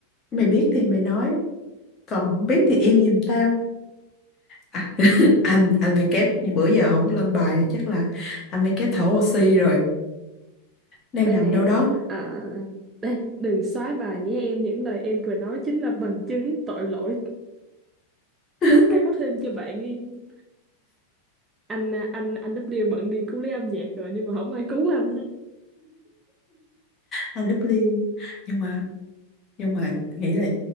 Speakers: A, on the left; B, on the right.
A: mày biết thì mày nói còn không biết thì im giùm tao à, <laughs> anh anh về kép bữa giờ không lên bài chắc là anh về kép thở oxy rồi đang
B: đây
A: nằm
B: nè
A: đâu đó
B: à, đây đừng xóa bài nhé em những lời em vừa nói chính là bằng chứng tội lỗi
A: <laughs>
B: tố cáo thêm cho bạn em anh à, anh anh W bận đi cứu lấy âm nhạc rồi nhưng mà không ai cứu anh hết
A: anh lúc liêu nhưng mà nhưng mà nghĩ là